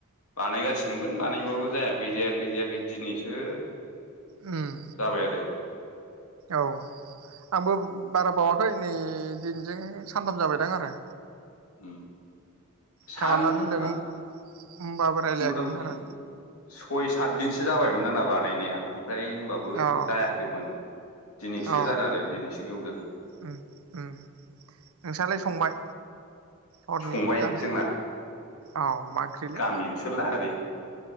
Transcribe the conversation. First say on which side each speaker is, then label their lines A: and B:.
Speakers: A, on the left; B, on the right.
A: बानायगा सिनोमोन बानायबाबो जायाखै जायाखै जायाखै दिनैसो
B: उम
A: जाबाय आरो‌।
B: औ आंबो बारा बावाखै नै दिनैजों सानथाम जाबायदां आरो।
A: उम। सान
B: खालामना दोनदों
A: आं
B: होमबाबो रायलायाखैमोन
A: मथा मथि
B: आरो
A: सय सात दिनसो जाबायमोन आना बानायनाया ओमफ्राय होनबाबो
B: आं
A: जायाखैमोन दिनैसो
B: औ
A: जादों आरो दिनैसो गवदों।
B: उम उम नोंस्रालाय संबाय हरनि
A: संबाय
B: जानाय
A: जोंना
B: औ मा ओंख्रिलै
A: गामि ओनसोलला ओरै